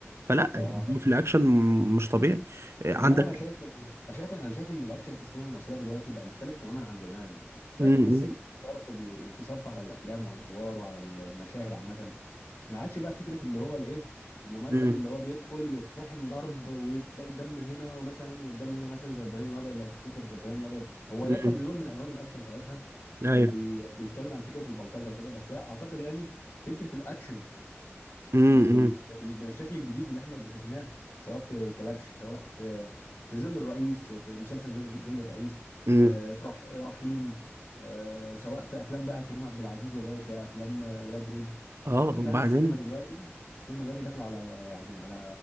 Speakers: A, on the right; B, on the left.
A: فلا يعني
B: فأعت-
A: هو في الاكشن مش طبيعي آه،
B: والله
A: عندك
B: انا شايف ان أنا شايف انا شايف ان الاكشن في السينما المصريه دلوقتي بقى مختلف تماما عن زمان بقى
A: امم
B: تحس ان في صرف بي... في صرف على الافلام وعلى الادوار وعلى المشاهد عامه ما عادش بقى فكره اللي هو الايه الممثل
A: امم
B: اللي هو بيدخل يطحن ضرب وتلاقي الدم هنا ومثلا والدم هنا مثلا زي ابراهيم الابيض لو تفتكر ابراهيم الابيض هو
A: امم
B: ده كان لون من الوان الاكشن ساعتها وكان
A: ايوه
B: بي... بيتكلم عن فكره البلطجه وكده بس لا اعتقد يعني فكره الاكشن
A: امم
B: بال-
A: امم
B: بال- بالشكل الجديد اللي احنا شفناه سواء في كلبش سواء في في ظل الرئيس في مسلسل ظل ظل الرئيس
A: امم
B: آه، في رح رحيم آه، سواء في افلام بقى كريم عبد العزيز يا باشا افلام آه، ولاد رزق لا
A: اه
B: اعتقد
A: وبعدين
B: يعني السينما دلوقتي السينما دلوقتي داخله على يعني على